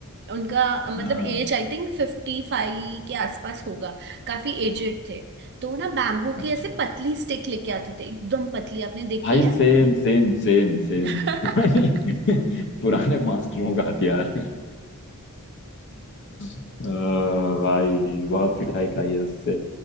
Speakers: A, on the right (about 50°); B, on the left (about 55°).
A: उनका अ, मतलब
B: हाँ
A: एज आई थिंक फिफ्टी फाइव के आसपास होगा काफी एजेड थे तो वो ना बैम्बू
B: अच्छा
A: की ऐसे पतली स्टिक लेके आते थे एकदम पतली आपने देखी
B: भाई
A: है
B: सेम सेम सेम सेम
A: <laughs>
B: <laughs> पुराने मास्टरों का हथियार अ, भाई बहुत पिटाई खाई है उससे